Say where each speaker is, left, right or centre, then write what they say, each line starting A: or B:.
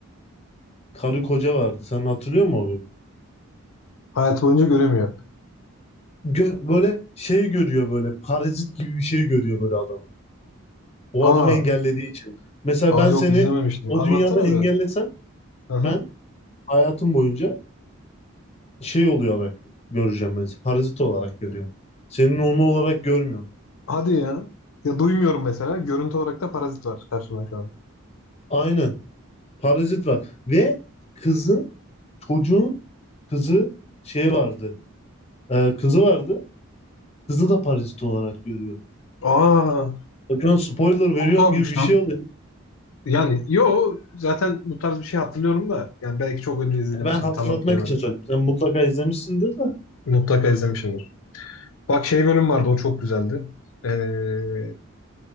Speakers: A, on the left; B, on the left.
A: Karı koca vardı. Sen hatırlıyor musun o bölümü?
B: Hayat boyunca göremiyor.
A: Gö- böyle şey görüyor böyle parazit gibi bir şey görüyor böyle adamı. O
B: Aa,
A: adamı engellediği için. Mesela
B: aa
A: ben
B: yok
A: seni
B: izlememiştim.
A: o
B: Anlatsana
A: dünyada engellesem
B: biraz. Aha.
A: ben hayatım boyunca şey oluyor olarak göreceğim ben. seni. Parazit olarak görüyorum. Seni normal olarak görmüyorum.
B: Hadi ya. Ya duymuyorum mesela. Görüntü olarak da parazit var karşımda şu an.
A: Aynen. Parazit var. Ve kızın, çocuğun kızı şey vardı. Ee, kızı vardı. Kızı da parazit olarak görüyor.
B: Aa.
A: Bak Şu an spoiler veriyorum
B: Çok tuhafmış
A: gibi bir
B: lan.
A: şey oluyor.
B: Yani yo zaten bu tarz bir şey hatırlıyorum da yani belki çok önce izlemişim
A: Ya Ben hatırlatmak
B: tam hatırlayamadım.
A: için söyledim. Sen mutlaka izlemişsindir de.
B: Mutlaka izlemişimdir. Bak şey bölüm vardı o çok güzeldi. Ee,